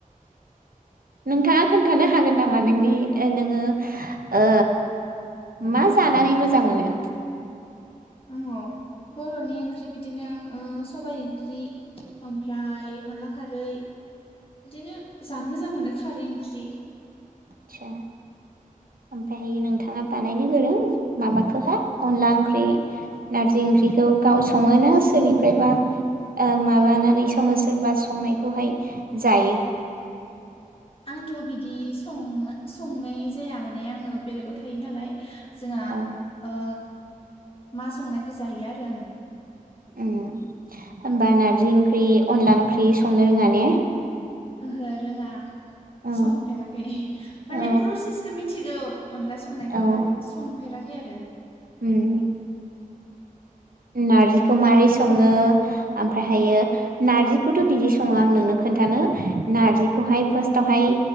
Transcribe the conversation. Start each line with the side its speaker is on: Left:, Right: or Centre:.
Right: नोंथाङा खोन्थानो हागोन नामा नोंनि ओ नोङो ओ मा जानानै मोजां मोनो?
Left: आंङ बर'नि ओंख्रि बिदिनो ओ सबाय ओंख्रि ओमफ्राय अनला खारै बिदिनो जानो मोजां मोनो खारै ओंख्रि।
Right: आस्सा ओमफ्रायहायो नोंथाङा बानायनो गोरों माबाखोहा अनला ओंख्रि नारजि ओंख्रिखौ गाव सङो ना सोरनिफ्रायबा ओ माबानानै सङो सोरबा संनायखौहाय जायो?
Left: आंथ' बिदि सं ना संनाय जाया माने आङो बेलेगाव थायो नालाय जोंहा
Right: औ
Left: ओ मा संनायखो जायो आरो आङो।
Right: अ होमबा नारजि ओंख्रि अनला ओंख्रि संनो रोङा ने
Left: ओहो रोङा
Right: औ
Left: संफेराखै
Right: औ
Left: माने प्रसेसखौ मिथिगौ अनला संनायखौ
Right: औ
Left: बाट संफेराखै आरो
Right: उम नारजिखौ मारै सङो ओमफ्रायहायो नार्जिखौथ' बिदि सङो आं नोंनो खोन्थानो नार्जिखौहाय फार्स्टावहाय